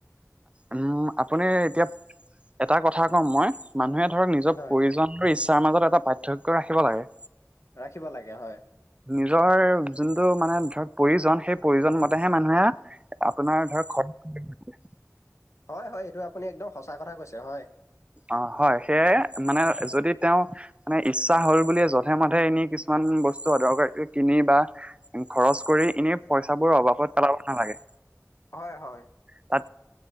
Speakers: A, on the right; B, on the left.
A: উম', আপুনি এতিয়া এটা কথা কম মই মানুহে ধৰক নিজৰ
B: হয়,
A: প্ৰয়োজন তাৰ মাজত এটা পাৰ্থক্য ৰাখিব লাগে।
B: ৰাখিব লাগে হয়।
A: নিজৰ যোনটো মানে ধৰক প্ৰয়োজন সেই প্ৰয়োজন মতেহে মানুহে আপোনাৰ ধৰ খৰছ
B: হয়-হয়, এইটো আপুনি একদম সঁচা কথা কৈছে হয়।
A: অ', হয় সেয়াই মানে যদি তেওঁ মানে ইচ্ছা হ'ল বুলিয়ে যধে-মধে এনে কিছুমান বস্তু দৰকাৰ কিনি বা খৰচ কৰি এনে পইচাবোৰৰ অভাৱত পেলাব নালাগে।
B: হয়-হয়।
A: তাত